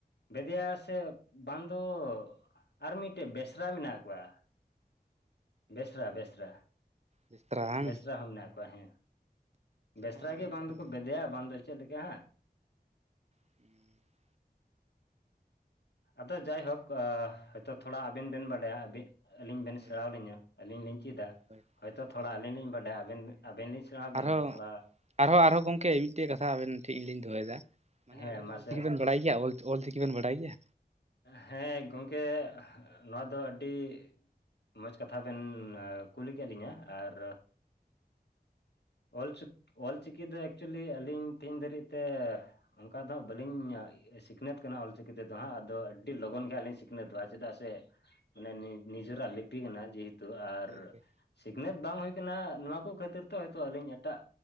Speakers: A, on the left; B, on the right.
A: ᱵᱮᱫᱤᱭᱟ ᱥᱮ ᱵᱟᱝ ᱫᱚ ᱟᱨ ᱢᱤᱫᱴᱮᱡ ᱵᱮᱥᱨᱟ ᱢᱮᱱᱟᱜ ᱠᱚᱣᱟ᱾ ᱵᱮᱥᱨᱟ ᱵᱮᱥᱨᱟ᱾
B: ᱵᱮᱥᱨᱟ ᱵᱟᱝ
A: ᱵᱮᱥᱨᱟ ᱦᱚᱸ ᱢᱮᱱᱟᱜ ᱠᱚᱣᱟ ᱦᱮᱸ ᱵᱮᱥᱨᱟ
B: ᱦᱚᱸ
A: ᱜᱮ
B: ᱟᱹᱞᱤᱧ
A: ᱵᱟᱝ ᱫᱚᱠᱚ
B: ᱵᱟᱹᱞᱤᱧ
A: ᱵᱮᱫᱮᱭᱟ ᱵᱟᱝ ᱪᱮᱫ ᱞᱮᱠᱟ ᱦᱟᱸᱜ᱾
B: ᱦᱩᱸ
A: ᱟᱫᱚ ᱡᱟᱭ ᱦᱳᱠ ᱦᱚᱭ ᱛᱚ ᱛᱷᱚᱲᱟ ᱟᱵᱮᱱ ᱵᱮᱱ ᱵᱟᱰᱟᱭᱟ ᱟᱵᱤᱱ ᱟᱹᱞᱤᱧ ᱵᱮᱱ ᱥᱮᱲᱟ
B: ᱦᱳᱭ
A: ᱟᱞᱤᱧᱟᱹ᱾ ᱟᱞᱤᱧ ᱞᱤᱧ ᱪᱮᱫᱟ
B: ᱦᱳᱭ
A: ᱦᱚᱭ ᱛᱚ ᱛᱷᱚᱲᱟ
B: ᱦᱳᱭ
A: ᱟᱹᱞᱤᱧ ᱞᱤᱧ ᱵᱟᱰᱟᱭᱟ ᱟᱵᱮᱱ ᱟᱵᱮᱱ ᱞᱤᱧ ᱥᱮᱬᱟ ᱵᱮᱱᱟ
B: ᱟᱨᱦᱚᱸ
A: ᱛᱷᱚᱲᱟ
B: ᱟᱨᱦᱚᱸ ᱟᱨᱦᱚᱸ ᱜᱚᱝᱠᱮ ᱢᱤᱫᱴᱮᱡ ᱠᱟᱛᱷᱟ ᱟᱵᱮᱱ ᱴᱷᱤᱡ ᱞᱤᱧ ᱫᱚᱦᱚᱭᱱ ᱮᱫᱟ ᱢᱟᱱᱮ
A: ᱦᱮᱸ
B: ᱟᱵᱮᱱ
A: ᱢᱟᱥᱮ
B: ᱫᱚ ᱚᱞᱪᱤᱠᱤ ᱵᱮᱱ ᱵᱟᱲᱟᱭ ᱜᱮᱭᱟ ᱚᱞ ᱚᱞ ᱪᱤᱠᱤ ᱵᱮᱱ ᱵᱟᱲᱟᱭ ᱜᱮᱭᱟ?
A: ᱦᱮᱸ ᱜᱚᱝᱠᱮ ᱱᱚᱣᱟ ᱫᱚ ᱟᱹᱰᱤ ᱢᱚᱡᱽ ᱠᱟᱛᱷᱟ ᱵᱮᱱ ᱠᱩᱞᱤ ᱠᱮᱫ ᱞᱤᱧᱟᱹ ᱟᱨᱼᱼ ᱚᱞᱚ ᱚᱞᱪᱤᱠᱤ ᱫᱚ ᱮᱠᱪᱩᱭᱮᱞᱤ ᱟᱹᱞᱤᱧ ᱛᱮᱦᱤᱧ ᱫᱷᱟᱹᱨᱤᱡ ᱛᱮᱼᱼ ᱚᱱᱠᱟ ᱫᱚ ᱦᱟᱸᱜ ᱵᱟᱹᱞᱤᱧ ᱥᱤᱠᱷᱱᱟᱹᱛ ᱟᱠᱟᱱᱟ ᱚᱞᱪᱤᱠᱤ ᱛᱮᱫᱚ ᱦᱟᱸᱜ᱾ ᱟᱫᱚ ᱟᱹᱰᱤ ᱞᱚᱜᱚᱱ ᱜᱮ ᱞᱤᱧ ᱥᱤᱠᱷᱱᱟᱹᱛᱚᱜᱼᱟ ᱪᱮᱫᱟᱜ ᱥᱮ ᱢᱟᱱᱮ ᱱᱤᱡᱮᱨᱟᱜ ᱞᱤᱯᱤ ᱠᱟᱱᱟ ᱡᱮᱼᱼ ᱛᱚ ᱟᱨᱼᱼ
B: ᱦᱳᱭ ᱦᱳᱭ
A: ᱥᱤᱠᱷᱱᱟᱹᱛ ᱵᱟᱝ ᱦᱩᱭ ᱠᱟᱱᱟ ᱱᱚᱣᱟ ᱠᱚ ᱠᱷᱟᱹᱛᱤᱨ ᱛᱮ ᱦᱚᱭᱛᱳ ᱟᱹᱞᱤᱧ ᱮᱴᱟᱜ